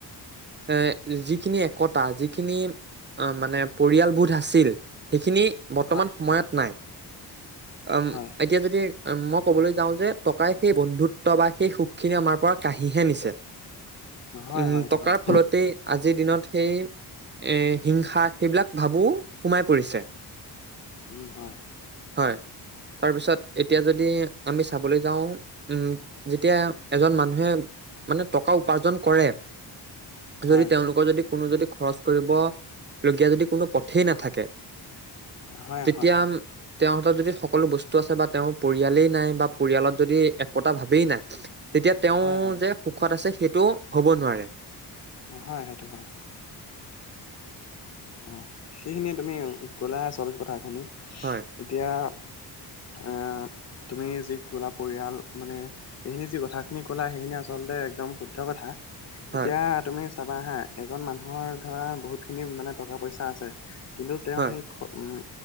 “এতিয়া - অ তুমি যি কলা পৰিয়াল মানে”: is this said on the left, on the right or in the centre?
Left